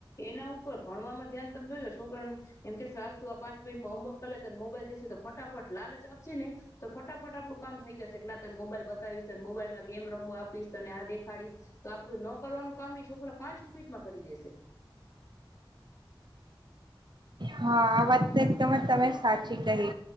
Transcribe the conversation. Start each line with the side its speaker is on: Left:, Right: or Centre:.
Left: એના ઉપર ભણમાં ધ્યાન તમે જોજો છોકરાનું એમ કેહેશ હાલ તું આ પાંચ મિનિટમાં હોમવર્ક કર લે અને મોબાઈલ જશે તો ફટાફટ લાલચ આપશે ને, તો ફટાફટ આપડું કામ થઈ જશે. ના ત મોબાઈલ બતાવીશને મોબાઈલમાં ગેમ રમવો આપીશ તને આ દેખાડીશ, તો આપડું ન કરવાનું કામ છોકરા પાંચ મિનિટમાં કરી દેશે.
Right: હા આ વાત તો એકદમ જ તમે સાચી કહી,